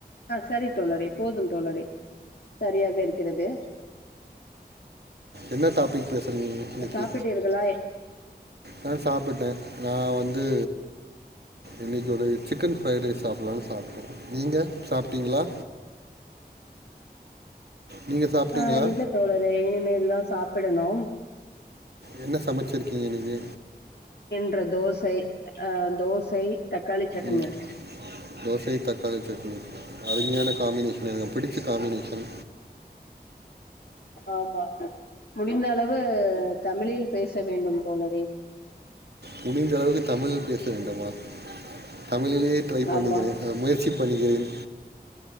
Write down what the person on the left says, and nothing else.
ஆ சரி தோழரே போது தோழரே சரியாக இருக்கிறது
சாப்பிட்டீர்களா
ஆ இல்ல தோழரே இனிமேல்தா சாப்பிடணு
ல்ல தோசை அ தோசை தக்காளி சட்னி
ஆமா முடிந்த அளவு தமிழில் பேச வேண்டும் தோழரே
ஆமா